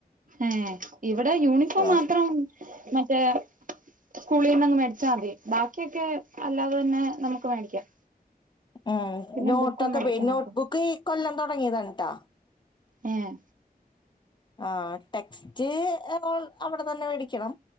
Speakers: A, on the right (about 55°); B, on the left (about 30°).
A: ഏഹ് ഇവിടെ യൂണിഫോം
B: ആഹ്
A: മാത്രം മറ്റേ സ്കൂളിന്നങ്ങ് മേടിച്ചാതി ബാക്കി ഒക്കെ അല്ലാതെന്നെ നമുക്ക് മേടിക്കാം
B: ഏഹ്
A: പിന്നെ
B: നോട്ടൊക്കെ
A: ബുക്കും മേടിക്കണം
B: പോയ് നോട്ട്ബുക്ക് ഇക്കൊല്ലം തൊടങ്ങിയതാണ് ട്ടാ
A: ഏഹ്
B: ആഹ് ടെക്സ്റ്റ് എ അവിടെ തന്നെ മേടിക്കണം